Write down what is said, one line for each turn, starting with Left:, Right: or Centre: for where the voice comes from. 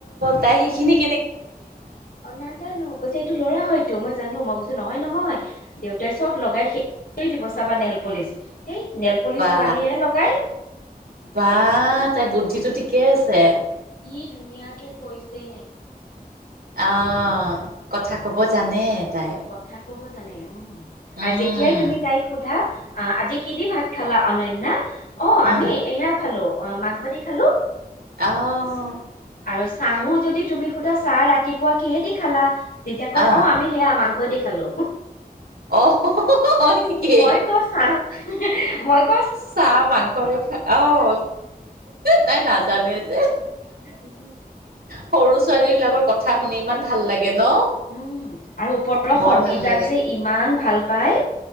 Right: তাই সেইখিনিক
Left: অ নাজানো কৈছে এইটো লৰা হয়তো মই জানো মই কৈছো নহয় নহয় দেউতাই চব লগাই শেষ দিব চাবা নেল পলিচ। সেই নেল পলিচ
Right: বা
Left: ছোৱালীয়ে লগাই
Right: বা তাই বুদ্ধিটো ঠিকেই আছে।
Left: কি ধুনিয়াকে কৈছে।
Right: অ কথা ক'ব জানে তাই।
Left: কথা ক'ব জানে উম
Right: উম
Left: আৰু যেতিয়াই তুমি তাইক সোধা আহ আজি কি দি ভাত খালা অনয় ন্যা অ আমি
Right: আহ
Left: এয়া খালো অ মাংস দি খালো।
Right: আহ
Left: আৰু চাহো যদি তুমি সুধা চাহ ৰাতিপুৱা কিহেদি খালা তেতিয়া কয়
Right: আহ
Left: অ আমি সেয়া মাং দি খালো
Right: অ হয় নেকি
Left: মই ক চাহ মই ক
Right: চাহ মাংসৰে খাই অহ তাই নাজানে যে
Left: উম
Right: সৰু ছোৱালী বিলাকৰ কথা শুনি ইমান ভাল লাগে ন
Left: উম আৰু ওপৰৰ
Right: বৰ
Left: সংগীতাক
Right: ভাল লাগে
Left: যে ইমান ভাল পায়।